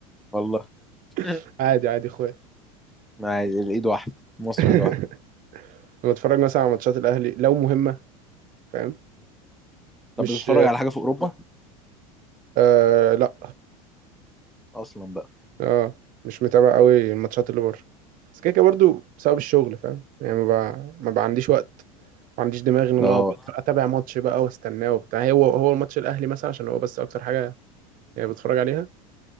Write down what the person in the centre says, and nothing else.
والله <laughs>
عادي الايد واحده مصر
ايد واحده
طب بتتفرج على حاجه في اوروبا
اصلا بقى
اه